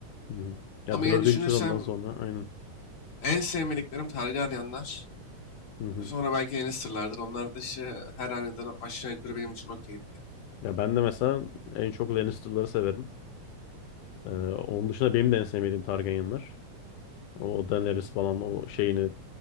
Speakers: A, on the left; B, on the left.
A: hı hı. Ya
B: Ama
A: dördüncü
B: yine düşünürsem
A: sezondan sonra aynen.
B: En sevmediklerim tarihi arayanlar.
A: Hı hı.
B: Sonra belki yeni sırlardır. Onlar dışı her aniden aşağı yukarı benim için okeydi. Yani.
A: Ya ben de mesela en çok Lannister'ları severim. Ee, onun dışında benim de en sevmediğim Targaryenlar. O Daenerys falan o şeyini